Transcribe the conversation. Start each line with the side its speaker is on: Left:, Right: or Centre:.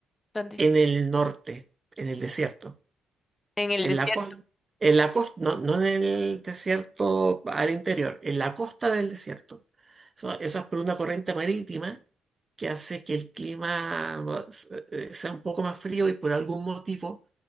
Left: ¿Dónde?
Right: en el norte, en el desierto,
Left: En el
Right: en
Left: desierto.
Right: la costa, en la costa, no, no en el desierto al interior, en la costa del desierto. Eso, eso es por una corriente marítima que hace que el clima eh, sea un poco más frío y por algún motivo